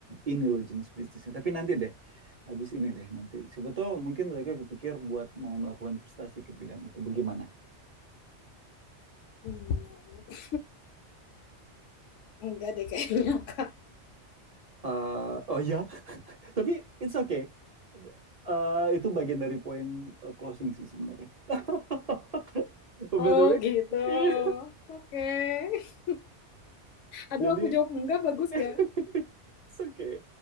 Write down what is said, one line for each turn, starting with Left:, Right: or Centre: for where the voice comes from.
Right: ini loh jenis bisnisnya. Tapi nanti deh, habis ini deh nanti. Siapa tahu mungkin mereka kepikir buat mau melakukan investasi ke bidang itu. Bagaimana?
Left: hmm, enggak deh kayaknya, <laughs> Kak.
Right: Eh, oh ya, <laughs> tapi it's okay. Eh, itu bagian dari poin eh, closing sih sebenarnya. <laughs>
Left: Oh
Right: By the way,
Left: gitu,
Right: iya.
Left: oke. Okay. Aduh,
Right: Jadi
Left: aku jawab enggak, bagus
Right: <laughs>
Left: gak?
Right: it's okay.